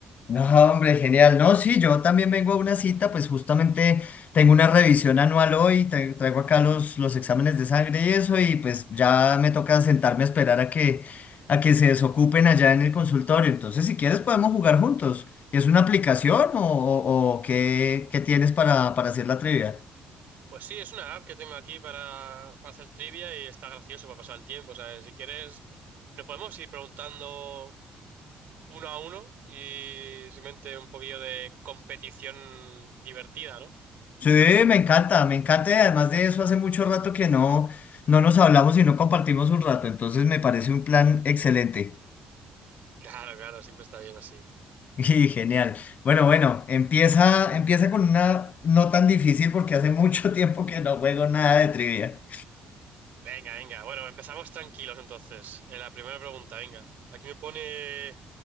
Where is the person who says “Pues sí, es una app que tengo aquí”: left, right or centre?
Right